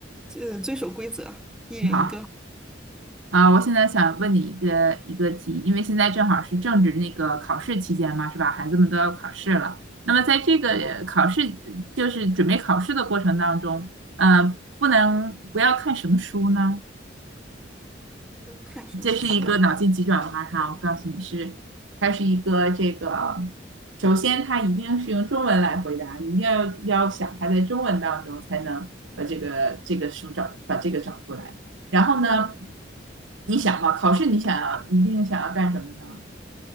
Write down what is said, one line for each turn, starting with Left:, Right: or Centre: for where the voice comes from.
Centre: 呃，遵守规则，一人一个。
Right: 好。啊，我现在想问你一个一个题，因为现在正好是政治那个考试期间嘛，是吧？孩子们都要考试了。那么在这个呃考试，就是准备考试的过程当中，呃，不能不要看什么书呢？
Centre: 不要看什么书。
Right: 这是一个脑筋急转弯哈，我告诉你是，它是一个这个，首先它一定是用中文来回答，你一定要要想它在中文当中才能把这个这个书找把这个找出来。然后呢，
Centre: 嗯，
Right: 你想嘛，考试你想要一定想要干什么呢？